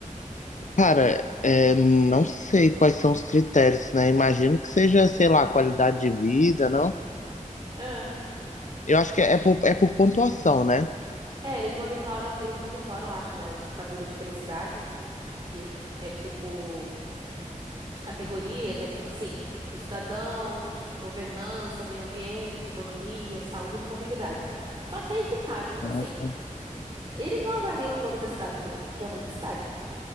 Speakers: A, on the left; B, on the right.
A: Cara, é, não sei quais são os critérios, né? Imagino que seja, sei lá, qualidade de vida, não?
B: Ah,
A: Eu acho que é por, é por pontuação, né?
B: é, eles monitoram, eles monitoram, acho, né, os indicadores de felicidade, que é tipo, as categorias, é tipo assim, os cidadãos, governança, meio ambiente, economia, saúde e mobilidade. Só que aí que tá, tipo
A: Ah,
B: assim, eles não avaliam todas as cidades do mundo, porque é muita cidade.